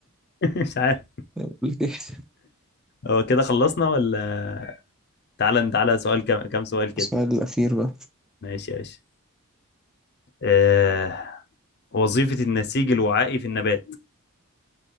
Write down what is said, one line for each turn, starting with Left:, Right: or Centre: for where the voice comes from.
Left: <laughs> مش عارف
Centre: <laughs> أنا بقول لك ايه <laughs>
Left: هو كده خلصنا ولا تعالى تعالى سؤال كم كم سؤال كده
Centre: السؤال الأخير بقى
Left: ماشي يا باشا آه... وظيفه النسيج الوعائي في النبات